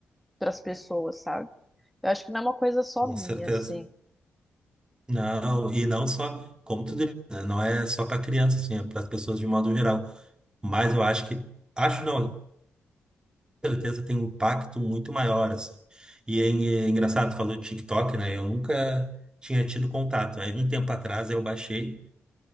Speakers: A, in the centre; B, on the right.
A: as pessoas, sabe? Eu acho que não é uma coisa só
B: com
A: minha,
B: certeza.
A: assim.
B: Não, e não só, como tu disse, né, não é só para crianças, assim, é para as pessoas de modo geral. Mas eu acho que, acho não, certeza tem um impacto muito maior, assim. E é en- é engraçado, falou de TikTok, né? Eu nunca tinha tido contato. Aí um tempo atrás eu baixei.